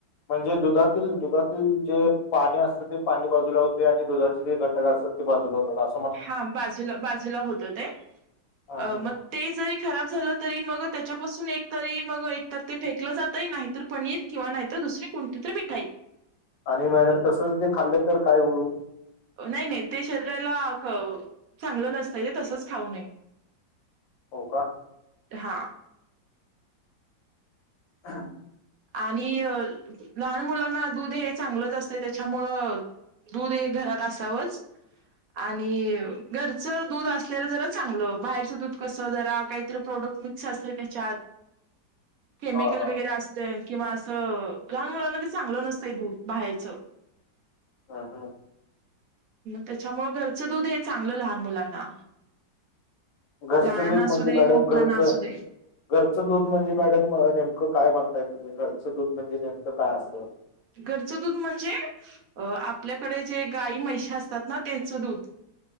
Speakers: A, on the left (about 80°); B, on the right (about 65°).
A: म्हणजे दुधातील, दुधातील, जे पाणी असत, ते पाणी बाजूला होते, आणि दुधाचे जे घट क असतात ते बाजूला होतात आस.
B: हा, बाजूला बाजूला होतो ते.
A: हा.
B: अ मग ते जरी खराब झालं तरी मग त्याच्यापासून एक तरी मग एक तर ते फेकलं जातय नाहीतर पनीर किंवा नाहीतर दुसरी कोणतीतरी मिठाई.
A: आणि मॅडम
B: अ,
A: तसच ते खाल्लं तर काय होईल?
B: नाही नाही, ते शरीराला क चांगलं नसतंय ते, तसंच खाऊ नये.
A: हो का?
B: हा.
A: हा.
B: आणि लहान मुलांना दूध हे चांगलंच असतय त्याच्यामुळं दूध हे घरात असावचं आणि घरचं दूध असलेलं जरा चांगलं बाहेरचं दूध कसं जरा काहीतरी प्रोडक्ट मिक्स असत त्याच्यात. <inaudible> केमिकल
A: हा हा
B: वगैरे असते किंवा असं लहान मुलांना ते चांगलं नसतंय दूध बाहेरचं.
A: हं हं.
B: त्याच्यामुळे घरचं दूध हे चांगलं लहान मुलांना.
A: घरचं
B: लहानाना
A: दूध म्हणजे
B: असू दे
A: मॅडम
B: मोठ्यांना
A: घरचं
B: असू दे.
A: घरचं दूध म्हणजे मॅडम नेमकं काय म्हणताय तुम्ही घरचं दूध म्हणजे नेमकं काय असं?
B: घरचं दूध म्हणजे अ आपल्याकडे जे गाई म्हैशी असतात ना त्यांचं दूध. <inaudible>